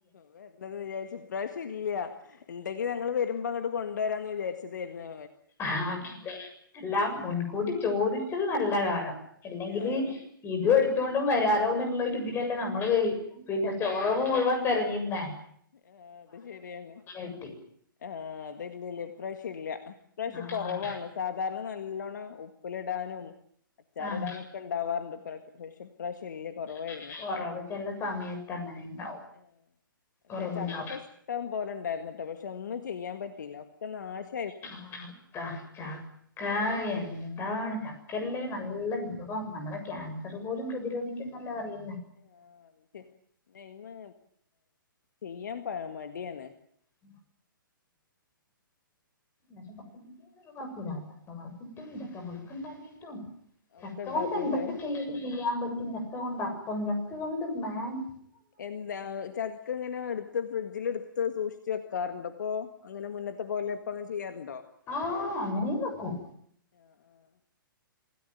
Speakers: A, on the left (about 55°); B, on the left (about 20°).
A: വരണെന്ന് വിചാരിച്ച് ഇപ്രാശ്യം ഇല്യാ. ഇണ്ടെങ്കി ഞങ്ങള് വെര്മ്പോ അങ്ങട്ട് കൊണ്ടരാന്ന് വിചാര്ച്ചതേരുന്നു.
B: ആ അതെ എല്ലാം മുൻകൂട്ടി ചോദിച്ചത് നല്ല കാ എല്ലങ്കില്
A: ആഹ്
B: ഇതും എടുത്തോണ്ട് വരാലോന്ന് ഇള്ളൊര് ഇതിലല്ലേ നമ്മള് ക പിന്നെ സ്റ്റോറൂമ് മുഴുവൻ തെരഞ്ഞിട്ടുണ്ടായി -
A: ആ അത് ശെരിയാണ്
B: കിട്ടി
A: ആ അത് ഇന്ന് ഇല്ല പ്രാവവിശ്യം ഇല്ല ഇപ്രാവശ്യം
B: ആഹ്
A: കൊറവാണ് സാധാരണ നല്ലോണം ഉപ്പിലിടാനും - അച്ചാറിടാനൊക്കെ
B: ആഹ്
A: ഇണ്ടാവാറ്ണ്ട് പക്ഷെ ഇപ്രാശ്യം ഇല്ല കുറവായിരുന്നു
B: <inaudible> കൊറവ് ചെല സമയത്ത് അങ്ങനെ ഇണ്ടാവും
A: ഏ പക്ഷേ
B: കൊറവുണ്ടാവും
A: ചക്ക ഇഷ്ടം പോലെ ഇണ്ടായിരുന്നു പക്ഷെ ഒന്നും ചെയ്യാൻ പറ്റില്ല ഒക്കെ നാശ
B: ആ താ ചക്കാ <unintelligible> എന്താണ് ചക്കല്ലേ നല്ല വിഭവം നമ്മടെ ക്യാൻസറ് പോലും പ്രതിരോധിക്കും എന്നല്ലേ പറയാ
A: ആ ഇന്ന് ചെയ്യാൻ പ മടിയാണ്
B: <unintelligible> പക്ഷെ ചക്ക ഒരു കൊഴപ്പൂല ചക്കവറുത്തിട്ടും ചക്കപുഴ്ക്ക്ണ്ടാകീട്ടും- ചക്ക
A: ഒക്കെ ഉണ്ടാക്കൂലേ
B: കൊണ്ട് എന്തൊക്കേ ചെയ്യാൻ പറ്റും ചക്ക കൊണ്ട് അപ്പം ചക്ക കൊണ്ട് മേക്
A: എന്താ ചക്ക അങ്ങനെ എടുത്തു ഫ്രിഡ്ജില് എടുത്ത് സൂക്ഷ് ച്ച് വെക്കാറുണ്ടോ അങ്ങനെ മുന്നത്തെ പോലെ ഇപ്പോ അങ്ങനെ ചെയ്യാറ്
B: ആഹാ അങ്ങനെയും വെക്കും
A: ആഹ് ആഹ്